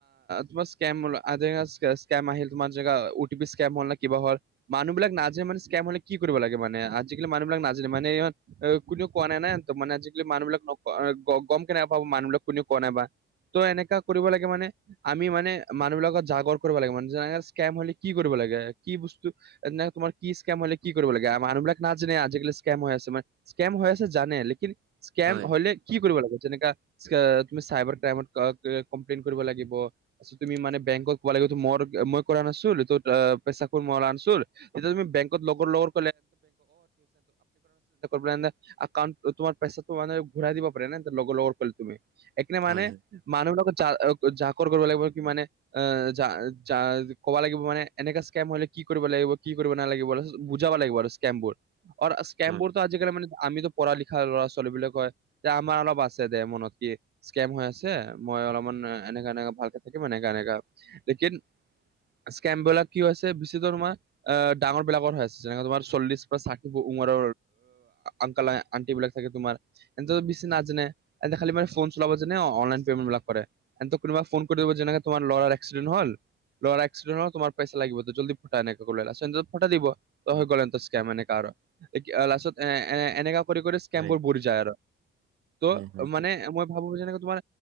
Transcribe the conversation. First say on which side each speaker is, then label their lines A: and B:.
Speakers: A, on the right (about 55°); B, on the right (about 85°).
A: তোমাৰ স্কেম <unintelligible> স্কেম আহিল তোমাৰ যেনেকা অ টি পি স্কেম হল না কিবাহৰ। মানুহ বিলাক নাজানে মানে স্কেম হলে কি কৰিব লাগে মানে আজিকালি মানুহবিলাক নাজানে মানে। কোনেও কোৱা নাই না সিহঁতক মানে আজিকালি মানুহ বিলাক নকয় গ গম কেনেকা পাব মানুহবিলাক কোনেও কোৱা নাইবা। ত' এনেকা কৰিব লাগে মানে আমি মানে মানুহ বিলাকত জাগৰ কৰিব লাগে মানে যেনেকা স্কেম হলে কি কৰিব লাগে কি বস্তু তোমাৰ কি স্কেম হলে কি কৰিব লাগে। মানুহ বিলাক নাজানে আজিকালি স্কেম হৈ আছে আমা স্কেম হৈ আছে জানে, লেকিন স্কেম
B: হয়
A: হলে কি কৰিব লাগিব, যেনেকা তুমি চাইবাৰ ক্ৰাইমত ক- ক কমপ্লেইন কৰিব লাগিব। তুমি মানে বেংকত কব লাগিব। ত' মোৰ মই কৰা নাছিলো, ইটোত এ পইচা <unintelligible> সেইটো তুমি বেংকত লগত- লগত গ'লে <unintelligible> একাউন্ট তোমাৰ পইচা মানে ঘূৰাই দিব পাৰে ন' লগৰ লগৰ কৰিলে তুমি। একনে মানে
B: হয়
A: মানুহ লগত জ- জাকৰ কৰিব লাগিব কি মানে আ। যা- যা ক'ব লাগিব মানে এনেকা স্কেম হলে কি কৰিব লাগিব, কি কৰিব নালাগিব তাৰপিছত বুজাব লাগিব। স্কেমবোৰ। ওৰ স্কেমবোৰ
B: হয়
A: ত আজিকালি মানে আমিতো পঢ়া লিখা ল'ৰা ছোৱালী বুলি কয় যে, আমাৰ অলপ আছে দে মনত কি। স্কেম হৈ আছে, মই অলপমান এনেকা এনেকা ভালকে থাকিম এনেকা এনেকা। লেকিন স্কেম বিলাক কি হৈছে বেচি দৰমহা আ ডাঙৰ বিলাকৰ হৈ আছে। যেনেকা তোমাৰ চল্লিশ বা ষাঠি উমৰৰ। আংকালে আন্টি বিলাক থাকে তোমাৰ। সিহঁতে টো বেছি নাজানে খালি মান ফোন চলাব, অনলাইন পেমেন্টবিলাক কৰে। সিহঁতক কোনবাই ফোন কৰি দিব, যেনেকা তোমাৰ লৰাৰ এক্সিডেন হল। ল'ৰা এক্সিডেণ্ট হল তোমাৰ পইচা লাগিব, জল্দি পঠা এনেকা কৰি <unintelligible> পঠাই দিব। ত হৈ গ'ল সিহঁতৰ স্কেম এনেকা আৰু। লাষ্টত এ এনেকা কৰি কৰি স্কেমবোৰ
B: হয়
A: <unintelligible> যায় আৰু। ত
B: হয় হয়
A: মানে
B: হয়
A: মই ভাবো যেনেকে তোমাৰ।